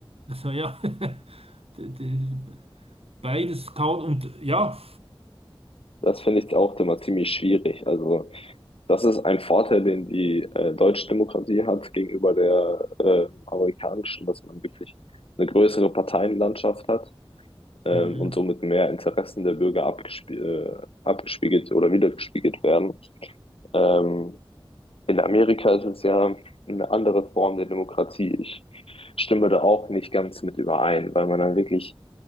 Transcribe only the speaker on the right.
also ja, <laughs> d- d- beides kauen und ja.
Mhm.